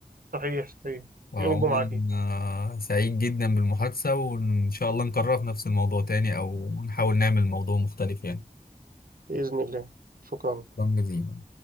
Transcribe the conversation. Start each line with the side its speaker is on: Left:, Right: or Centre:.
Right: صحيح صحيح
Left: وعموما
Right: يوم الجمعه اكيد
Left: آه، سعيد جدا بالمحادثة وإن شاء الله نكررها في نفس الموضوع تاني أو نحاول نعمل موضوع مختلف يعني
Right: باذن الله شكرا
Left: شكرا جزيلا